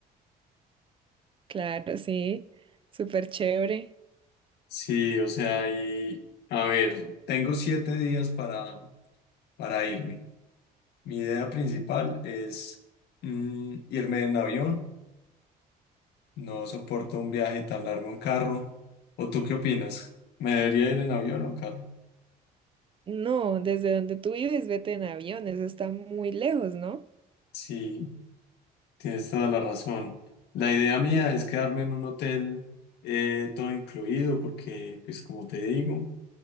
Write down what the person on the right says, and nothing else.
Claro, sí. Súper chévere.
No, desde donde tú vives, vete en avión. Eso está muy lejos, ¿no?